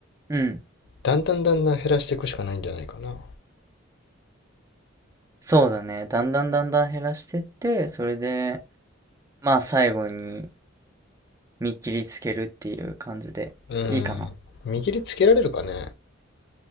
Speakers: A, on the right; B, on the left.
A: うん。
B: だんだんだんだん減らしていくしかないんじゃないかな。
A: そうだね。だんだんだんだん減らしてって、それで、まあ最後に見切りつけるっていう感じでいいかな。
B: うん。見切りつけられるかね。